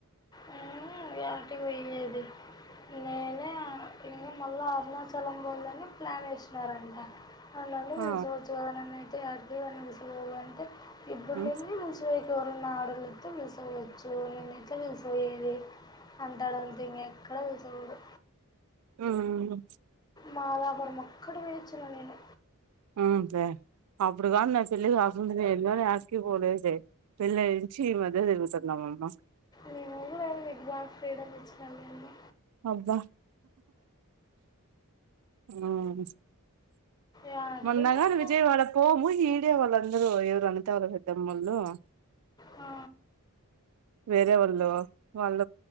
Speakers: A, on the left (about 20°); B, on the right (about 80°).
A: అ ఎటు పోయేది నేనే ఇంగా మళ్ళా అరుణాచలం పోదామని ప్లాన్ వేసినారంట వాళ్ళందరిని
B: ఆ
A: పిలుసుకోవచ్చు కదా నాన్నయితే అడిగా నిలిసుకోవాలంటే ఇప్పటి
B: ఉమ్
A: నుండి నిలుసో ఎవరన్నా ఆడోళ్లు వత్తే లేసి వెళ్లొచ్చు ఏమన్నయితే నిల్చొవాలి అంటాడు ఉంది ఇంగ ఎక్కడ కూర్చోకూడదు
B: ఆ ప్చ్
A: మాదాపురం వొక్కటే పోయచ్చిన నేను
B: అవునే అప్పుడు కాని నా చెల్లెలు అసోంటిది ఎన్నడు ఆడికి పోలె పెళ్లి అయినా నుంచి ఇ మధ్య తిరుగుతుంది అమ్మమ్మ
A: మేము కూడా ఆమెకి బాగా ఫ్రీడమ్ ఇచ్చినమండి
B: అబ్బా ఆ
A: యాటికి
B: మొన్నగాని
A: పోను
B: విజయవాడ పోము ఈడే వాళ్ళందరు ఎవరో అనితా వాళ్ళ పెద్దమ్మ వాళ్ళు
A: ఆ
B: వేరే వాల్లో వాళ్ళ